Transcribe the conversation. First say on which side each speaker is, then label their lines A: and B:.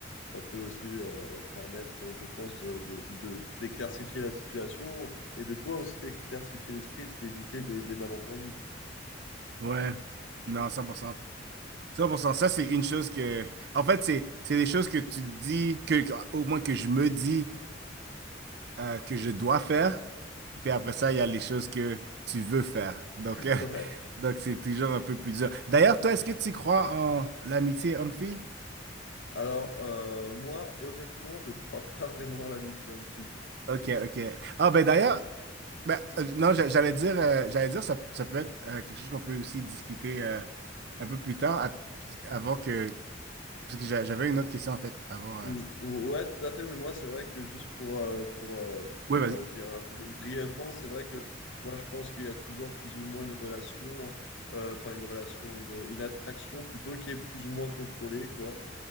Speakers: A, on the left; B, on the right.
A: ça peut aussi euh, permettre, je pense, de, de, de- d'éclaircifier la situation et de toi aussi t'éclaircifier l'esprit et de t'éviter des, des malentendus, quoi.
B: ouais. Non, cent pour cent cent pour pour cent ça, c'est une chose que... En fait, c'est c'est des choses que tu te dis, que, que- au moins que je me dis euh, que je dois faire. Puis après ça, il y a les choses que tu veux faire. Donc,
A: <laughs>
B: euh,
A: Ouais.
B: <laughs> donc c'est toujours un peu plus dur. D'ailleurs, toi, est-ce que tu crois en l'amitié homme-fille?
A: Alors, euh, moi, honnêtement, je crois pas vraiment à l'amitié homme-fille.
B: Ok, ok. Ah ben d'ailleurs,
A: Mm,
B: ben, euh, non, j'a- j'allais dire, euh, j'allais dire ça, ça peut être euh, quelque chose qu'on peut aussi discuter euh, un peu plus tard, à- avant que Parce que j'a- j'avais une autre question en fait avant.
A: mm,
B: euh.
A: Ouais, tout à fait, mais moi, c'est vrai que juste pour, euh, pour, euh,
B: Oui,
A: pour
B: vas-y.
A: euh, dire euh, bri- brièvement, c'est vrai que
B: Ouais.
A: moi, je pense qu'il y a toujours plus ou moins une relation, euh, enfin, une relation, une, une attraction plutôt qui est plus ou moins contrôlée, quoi.